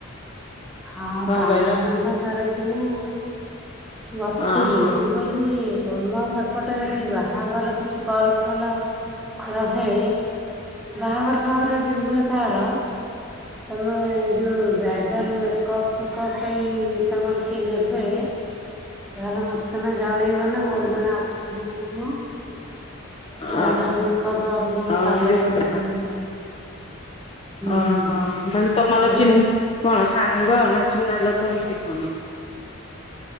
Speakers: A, in the centre; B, on the left.
A: ହଁ
B: କଣ
A: କାମ
B: କହିଲ?
A: ଧନ୍ଦା ସାରିକିନା ବସିଥିଲି
B: ଅ ହଁ
A: ମୁଁ। କଲି ତମର ସେପଟେ ଯଦି ବାହାଘର କିଛି କଲଫଲ। ରହେ ବାହାଘର ଫାହାଘର ଯଦି ରୁହେ କାହାର ତମେ ଯୋଉ ବ୍ରାଇଡାଲ ମେକପ୍ ଫେକପ ପାଇଁ ତମର କିଏ ନେବେ ତାହେଲେ ମତେ ତମେ ଜଣେଇବ ନା ମୋର ଜଣେ ଅଛନ୍ତି ଚିହ୍ନା। ବ୍ରାଇଡାଲ
B: ଅ
A: ମେକଅପ ଦବା ବି ଜଣେ
B: ଅ
A: ପାର୍ଲର
B: ଯୋଉ
A: ଅଛନ୍ତି।
B: ଓହୋ
A: ହୁଁ
B: ମାନେ ତମର
A: ଭଲ
B: ଚୀନ୍
A: ହଁ
B: କଣ ସାଙ୍ଗ ନା ଚିହ୍ନା ଲୋକ ଏମିତି କଣ।